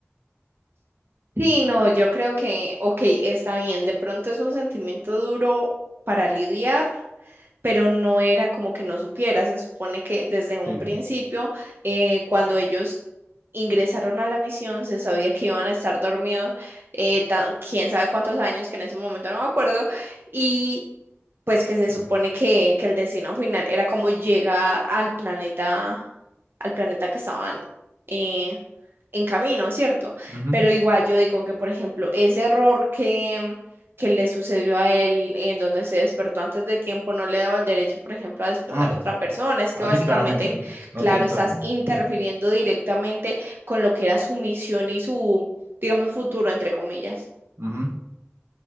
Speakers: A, on the right; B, on the right.
A: Sí, no, yo creo que, ok, está bien, de pronto es un sentimiento duro para lidiar, pero no era como que no supiera. Se supone que desde un
B: Sí,
A: principio, eh, cuando ellos ingresaron a la misión, se sabía que iban a estar dormidos, eh, ta- quién sabe cuántos años, que en ese momento no me acuerdo, y pues que se
B: sí.
A: supone que, que el destino final era como llegar al planeta, al planeta que estaban eh, en camino, ¿cierto?
B: Ujú.
A: Pero igual yo digo que, por ejemplo, ese error que, que le sucedió a él en donde se despertó antes de tiempo no le daba el derecho, por ejemplo, a despertar
B: Ah,
A: a otra persona. Es
B: ah,
A: que básicamente,
B: sí, claramente no, no
A: claro,
B: tiene
A: estás
B: todo el-
A: interfiriendo
B: sí.
A: directamente con lo que era su misión y su, digamos, futuro, entre comillas.
B: Ujú.